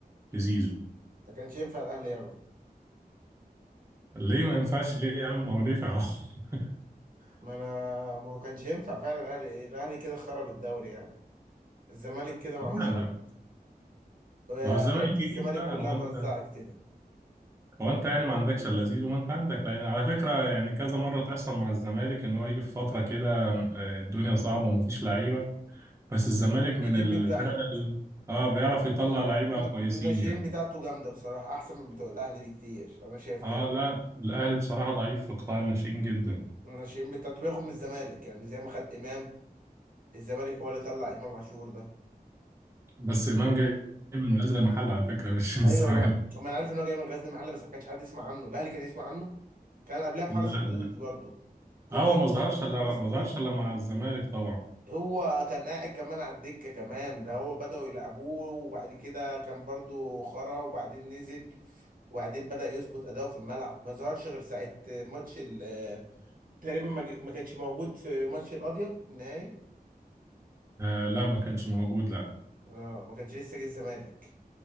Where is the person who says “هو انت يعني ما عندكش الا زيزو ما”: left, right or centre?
Right